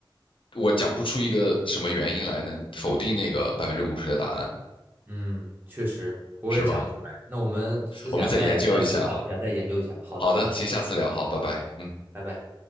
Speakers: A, on the left; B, on the right.
A: 我讲不出一个什么原因来能否定那个百分之五十的答案，
B: 嗯，确实，我也讲不出来。
A: 是吧？
B: 那我们私下再再思考一下，
A: 我们再研究一下。
B: 再研究一下。好的，
A: 好的，
B: 好的，
A: 行，下次聊，好，拜拜，嗯。
B: 拜拜。